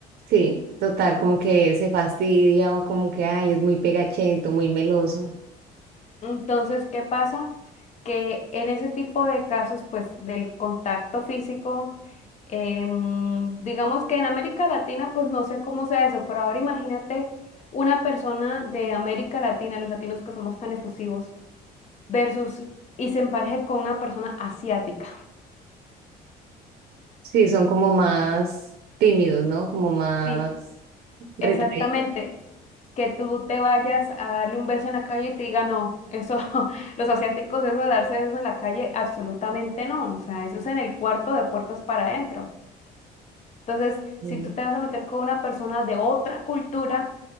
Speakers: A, on the right; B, on the left.
A: Sí, total, como que se fastidia o como que, ay, es muy pegachento, muy meloso.
B: Entonces, ¿qué pasa? Que en ese tipo de casos, pues del contacto físico, em, digamos que en América Latina, pues no sé cómo sea eso, pero ahora imagínate una persona de América Latina, los latinos que somos tan efusivos, versus y se empareje con una persona asiática.
A: Sí, son como más tímidos, ¿no? Como más
B: Sí,
A: retraídos.
B: Exactamente, que tú te vayas a darle un beso en la calle y te diga, no, eso, <laughs> los asiáticos, eso de darse besos en la calle, absolutamente no, o sea, eso es en el cuarto de puertas para adentro. Entonces,
A: Ok,
B: si tú te vas a meter con una persona de otra cultura,